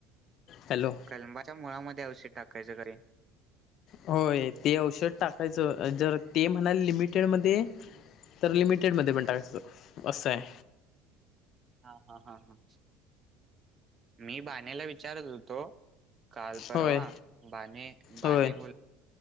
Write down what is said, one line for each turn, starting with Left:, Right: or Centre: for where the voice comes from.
Left: हॅलो
Right: कलबाच्या मुळामध्ये औषध टाकायच कारे.
Left: होय ते औषध टाकायचं जर ते म्हणाल लिमिटेड मध्ये तर लिमिटेडमध्ये
Right: हम्म.
Left: पण टाकायचंं असं आहे.
Right: हा हा हा हा मी बाण्याला विचारत होतो. काल परवा
Left: होय
Right: बाने बाने
Left: होय
Right: बोल.